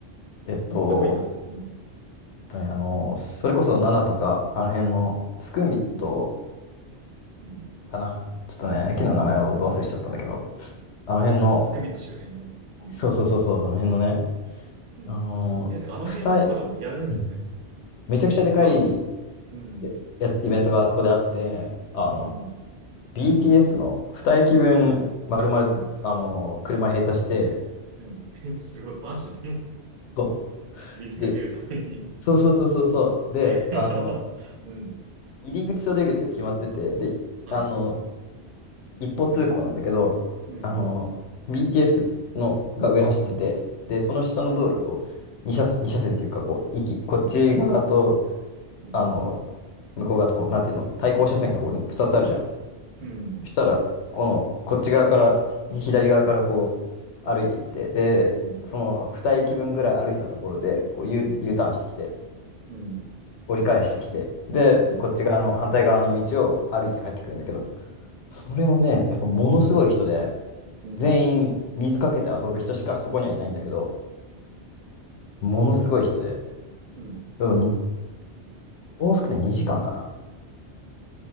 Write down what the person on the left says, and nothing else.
えっと、
えっとね、あの、それこそナナとか、あの辺のスクンビット
かな。ちょっとね、駅の名前をど忘れしちゃったんだけど、あの辺の、
そうそうそうそう、あの辺のね、
あの、
二重、うんめちゃくちゃでかい
や、やつイベントがあそこであって、あの、
BTS の2駅分、
丸々、
あの、車閉鎖して、
そ
う。で、そうそうそうそうそう。で、
あの、
入り口と出口が決まってて、で、
あの、一方通行なんだけど、
あの、BTS のが上走ってて、
で、その下の道路、
こう、2車線、二車線っていうか、こう、行き、こっち側と、
あの、向こう側と、こう、なんていうの、対向車線がこう、2つあるじゃん。
そしたら、この、こっち側から、左側からこう、歩いていって、で、
その2駅分ぐらい歩いたところで、こう U、
U ターンしてきて、
折り返してきて、で、
こっち側の、反対側の道を歩いて帰ってくるんだけども、それをね、やっぱものすごい人で、
全員水かけて遊ぶ人しかそこにはいないんだけど、ものすごい人で、
でもに往復ね、2時間かな、